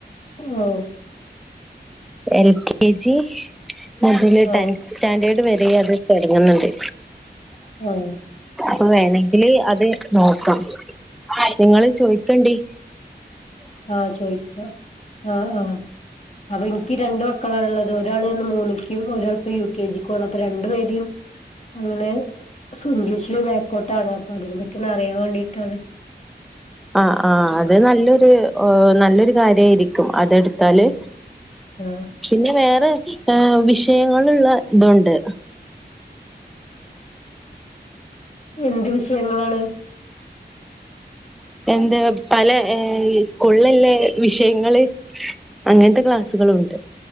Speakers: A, on the left (about 40°); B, in the centre.
A: ഓ
B: എൽ കെ ജി മുതിൽ
A: ആ
B: ട്ടൻ സ്റ്റാൻഡേർഡ് വര അ അത് തുടങ്ങുന്നുണ്ട്
A: ആഹ
B: ഇപ്പ വേണെങ്കില് അത് നോക്കാം നിങ്ങള് ചോയ്ക്കണ്ടി
A: ആഹ് ചോയ്ക്ക ആഹ ആഹ അപ്പം ഇൻ ക്കി രണ്ടു മക്കളാണ് ഉള്ളത് ഒരാള് മൂന്നിക്കും ഒരളിപ്പം യു കെ ജിക്കാണ് അപ്പൊ രണ്ടു പേരും അങ്ങനെ ഇംഗ്ലീഷില് ബാക്കോട്ടാണ് അപ്പൊ അതിനെ പറ്റി അറിയൻ വേണ്ടിട്ടാണ്
B: ആ ആ അത് നല്ലൊരു ഓ നല്ലൊരു കാര്യമായിരിക്കും അതെടുത്താല്
A: ഉം ആഹ്
B: പിന്നെ വേറെ ന്നെ വിഷയങ്ങളുള്ള ഇതുണ്ട്.
A: എന്ത് വിഷയങ്ങളാണ്?
B: എന്ത്‌ പല ഏ സ്കൂൾലല്ലേ വിഷയങ്ങള് അങ്ങനത്തെ ക്ലാസ്സുകളുണ്ട്.